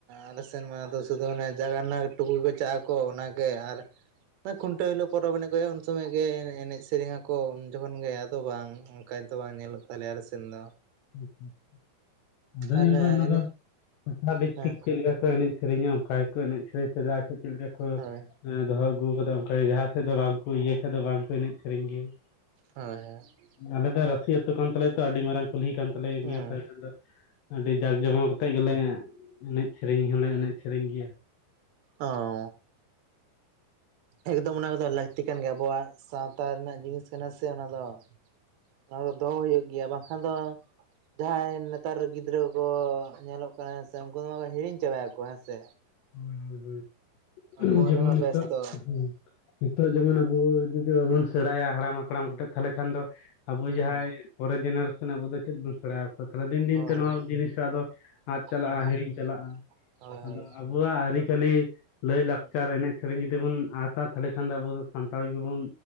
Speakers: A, on the right; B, on the left.
A: ᱟᱞᱮ ᱥᱮᱱ ᱢᱮ ᱥᱩᱫᱩ ᱚᱱᱮ ᱡᱟᱜᱟᱱᱟ ᱨᱮᱱᱟᱜ ᱴᱩᱠᱩ ᱠᱚ ᱪᱟᱞᱟᱜ ᱟᱠᱚ ᱚᱱᱟᱜᱮ ᱟᱨ ᱠᱷᱩᱱᱴᱟᱹᱣ ᱦᱤᱞᱚᱜ ᱯᱚᱨᱚᱵᱽ ᱮᱱᱮᱡᱚᱜ ᱦᱩᱭᱩᱜᱼᱟ ᱩᱱ ᱥᱚᱢᱚᱭ ᱜᱮ ᱮᱱᱮᱡ ᱥᱮᱨᱮᱧᱟᱠᱚ ᱩᱱ ᱡᱚᱠᱷᱚᱱ ᱜᱮ ᱟᱫᱚ ᱵᱟᱝ ᱚᱱᱠᱟ ᱛᱚ ᱵᱟᱝ ᱧᱮᱞᱚᱜ ᱛᱟᱞᱮᱭᱟ ᱟᱞᱮ ᱥᱮᱱ ᱫᱚ
B: ᱟᱪᱷᱟ-ᱟᱪᱷᱟ ᱟᱫᱚ
A: ᱟᱨ
B: ᱧᱮᱞ
A: ᱚᱱᱮ
B: ᱢᱮ ᱚᱱᱟ
A: ᱮᱱᱮᱡ
B: ᱫᱚ ᱴᱚᱴᱷᱟ ᱵᱷᱤᱫᱴᱷᱤᱠ
A: ᱦᱮᱸ
B: ᱪᱮᱫ ᱞᱮᱠᱟ ᱠᱚ ᱮᱱᱮᱡ ᱥᱮᱨᱮᱧᱟ ᱚᱱᱠᱟ ᱜᱮᱠᱚ ᱮᱱᱮᱡ ᱥᱮᱨᱮᱧ ᱥᱮᱫᱟᱭ ᱠᱷᱚᱱ ᱪᱮᱫ ᱞᱮᱠᱟ ᱠᱚ
A: ᱦᱳᱭ
B: ᱫᱚᱦᱚ ᱟᱹᱜᱩᱠᱟᱫᱟ ᱚᱱᱠᱟᱜᱮ ᱡᱟᱦᱟᱸ ᱥᱮᱫ ᱫᱚ ᱵᱟᱝᱠᱚ ᱤᱭᱟᱹ ᱠᱷᱟᱡ ᱫᱚ ᱵᱟᱝᱠᱚ ᱮᱱᱮᱡ ᱥᱮᱨᱮᱧ ᱜᱮᱭᱟ᱾
A: ᱦᱚᱭ-ᱦᱚᱭ
B: ᱟᱞᱮ ᱫᱚ ᱨᱟᱹᱥᱤ ᱟᱹᱛᱩ ᱠᱟᱱ ᱛᱟᱞᱮᱭᱟ ᱛᱚ, ᱟᱹᱰᱤ ᱢᱟᱨᱟᱝ ᱠᱩᱞᱦᱤ ᱠᱟᱱ ᱛᱟᱞᱮ
A: ᱦᱳᱭ
B: ᱜᱮᱭᱟ ᱛᱟᱦᱚᱞᱮ ᱠᱷᱟᱱ ᱫᱚ ᱟᱹᱰᱤ ᱡᱟᱠ ᱡᱚᱢᱚᱠ ᱠᱟᱛᱮ ᱜᱮᱞᱮ ᱮᱱᱮᱡ ᱥᱮᱨᱮᱧ ᱦᱚᱸᱞᱮ ᱮᱱᱮᱡ ᱥᱮᱨᱮᱧ ᱜᱮᱭᱟ᱾
A: ᱚ ᱮᱠᱫᱚᱢ ᱚᱱᱟ ᱠᱚᱫᱚ ᱞᱟᱹᱠᱛᱤ ᱠᱟᱱ ᱜᱮᱭᱟ ᱟᱵᱚᱣᱟᱜ ᱥᱟᱶᱛᱟ ᱨᱮᱱᱟᱜ ᱡᱤᱱᱤᱥ ᱠᱟᱱᱟ ᱥᱮ ᱚᱱᱟ ᱫᱚ᱾ ᱟᱨ ᱫᱚ ᱫᱚᱦᱚ ᱦᱩᱭᱩᱜ ᱜᱮᱭᱟ ᱵᱟᱝᱠᱷᱟᱱ ᱫᱚ ᱡᱟᱦᱟᱸᱭ ᱱᱮᱛᱟᱨ ᱜᱤᱫᱽᱨᱟᱹ ᱠᱚ ᱧᱮᱞᱚᱜ ᱠᱟᱱᱟ ᱦᱮᱸᱥᱮ ᱩᱱᱠᱩ ᱢᱟᱠᱚ ᱦᱤᱲᱤᱧ ᱪᱟᱵᱟᱭᱟ ᱠᱚ ᱦᱮᱸᱥᱮ᱾
B: ᱦᱚᱭ ᱦᱚᱭ ᱦᱚᱭ
A: ᱯᱷᱳᱱ
B: ᱡᱮᱢᱚᱱ
A: ᱨᱮᱢᱟ
B: ᱱᱤᱛᱚᱜ
A: ᱵᱮᱥᱛᱚ
B: ᱦᱩᱸ ᱱᱤᱛᱚᱜ ᱡᱮᱢᱚᱱ ᱟᱵᱚ ᱡᱩᱫᱤ ᱵᱟᱵᱚᱱ ᱥᱮᱲᱟᱭᱟ ᱦᱟᱲᱟᱢ ᱦᱟᱯᱲᱟᱢ ᱠᱟᱛᱮᱫ ᱛᱟᱦᱚᱞᱮ ᱠᱷᱟᱱ ᱫᱚ ᱟᱵᱚ
A: ᱦᱩᱸ
B: ᱡᱟᱦᱟᱸᱭ ᱯᱚᱨᱮ ᱡᱮᱱᱟᱨᱮᱥᱚᱱ ᱟᱵᱚ ᱫᱚ ᱪᱮᱫ ᱵᱚᱱ ᱥᱮᱬᱟ ᱛᱟᱦᱚᱞᱮ ᱫᱤᱱ ᱫᱤᱱ
A: ᱦᱳᱭ
B: ᱛᱮ ᱱᱚᱣᱟ ᱡᱤᱱᱤᱥ ᱟᱫᱚ ᱟᱫᱽ ᱪᱟᱞᱟᱜ-ᱟ,
A: ᱦᱩᱸ
B: ᱦᱤᱲᱤᱧ ᱪᱟᱞᱟᱜ-ᱟ᱾
A: ᱦᱳᱭ ᱦᱳᱭ
B: ᱟᱫᱚ ᱟᱵᱚᱣᱟᱜ ᱟᱹᱨᱤᱪᱟᱹᱞᱤ ᱞᱟᱹᱭ
A: ᱦᱩᱸ
B: ᱞᱟᱠᱪᱟᱨ ᱮᱱᱮᱡ ᱥᱮᱨᱮᱧ ᱡᱩᱫᱤ ᱵᱚᱱ ᱟᱛᱟ ᱛᱟᱦᱚᱞᱮ ᱠᱷᱟᱱ ᱫᱚ ᱟᱵᱚ ᱫᱚ ᱥᱟᱱᱛᱟᱲ ᱜᱮᱵᱚᱱ